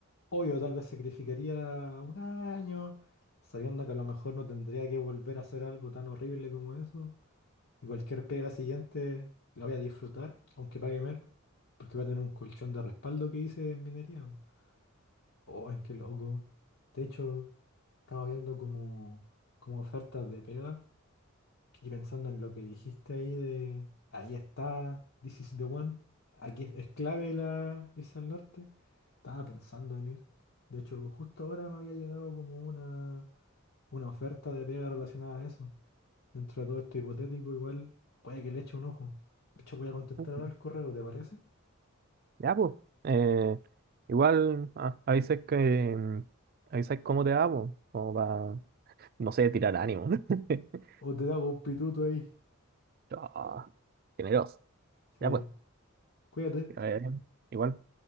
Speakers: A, on the left; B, on the right.
A: obvio, tal vez sacrificaría un año, sabiendo que a lo mejor no tendría que volver a hacer algo tan horrible como eso. Y cualquier pega siguiente la voy a disfrutar, aunque pague menos, porque va a tener un colchón de respaldo que hice en minería. po. Oh, qué loco. De hecho, estaba viendo como, como ofertas de pega. Y pensando en lo que dijiste ahí de, ahí está, this is the one, aquí es, es clave la, irse al norte, estaba pensando en ir. De hecho, justo ahora me había llegado como una, una oferta de pega relacionada a eso. Dentro de todo esto hipotético, igual puede que le eche un ojo. De hecho, voy a contestar
B: mm,
A: ahora el correo, ¿te parece?
B: Ya, pues, eh, igual ah, avisas que, mm, avisas cómo te va, pues, como para, no sé, tirar ánimo. <laughs>
A: O te hago un pituto ahí.
B: Ah, generoso.
A: Sí,
B: Ya pues,
A: cuídate.
B: que vaya bien. Igual.